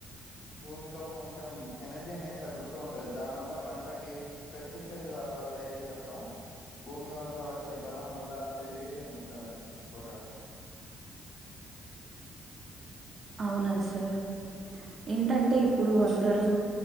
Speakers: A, on the left (about 55°); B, on the right (about 45°).
A: భూమిలో కొంచెం ఎనర్జీ అనేది తగ్గుతూ ఉంటది దాని వల్ల పంటకి పెస్టిసైడ్ అలవాటై తే తప్ త భూమి వల్ల వచ్చే బలం వల్ల పెరిగేదేమి ఉండదండి ఎక్కువగా
B: అవునా సార్ ఏంటంటే ఇప్పుడు అందరు